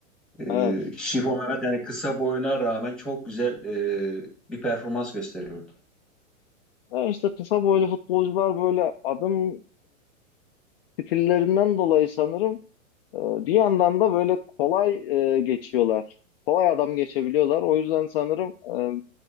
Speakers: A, in the centre; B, on the left (about 45°).
A: E,
B: evet.
A: Şifo Mehmet yani kısa boyuna rağmen çok güzel e, bir performans gösteriyordu.
B: Ya işte kısa boylu futbolcular böyle adım stillerinden dolayı sanırım e, bir yandan da böyle kolay e, geçiyorlar. Kolay adam geçebiliyorlar. O yüzden sanırım e,